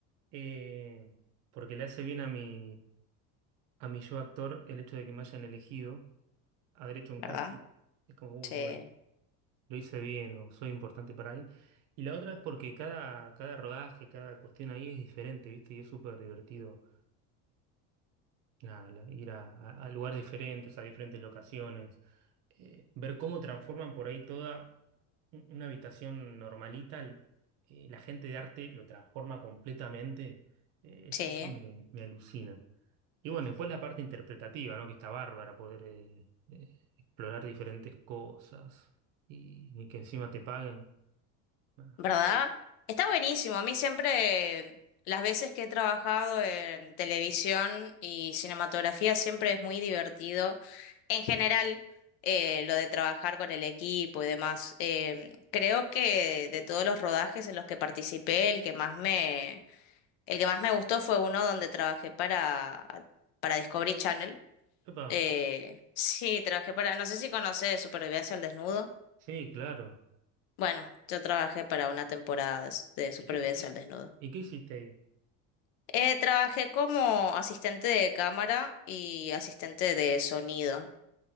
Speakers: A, on the right; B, on the left.
A: eh, porque le hace bien a mi, a mi yo actor el hecho de que me hayan elegido, haber hecho un
B: ¿verdad?
A: casting. Es como,
B: Sí,
A: uy, bueno, lo hice bien o soy importante para alguien. Y la otra es porque cada, cada rodaje, cada cuestión ahí es diferente, ¿viste? Y es súper divertido. la- la- ir a, a- a lugares diferentes, a diferentes locaciones, eh, ver cómo transforman por ahí toda un- una habitación normalita, l- eh, la gente de arte lo transforma completamente, eh, es-
B: sí.
A: eso me, me alucina. Y bueno, después la parte interpretativa, ¿no? Que está bárbara, poder eh, eh, explorar diferentes cosas y, y que encima te paguen. Ah,
B: ¿Verdad? Está buenísimo. A mí siempre, las veces que he trabajado en televisión y cinematografía, siempre es muy divertido. En general, eh, lo de trabajar con el equipo y demás. Eh, creo que de todos los rodajes en los que participé, el que más me, el que más me gustó fue uno donde trabajé para, para Discovery Channel.
A: epa,
B: Eh, sí, trabajé para, no sé si conoces Supervivencia al Desnudo.
A: sí, claro.
B: Bueno, yo trabajé para una temporada de, s- de supervivencia
A: ¿Y qué, y,
B: al desnudo.
A: y qué hiciste ahí?
B: Eh, trabajé como asistente de cámara y asistente de sonido.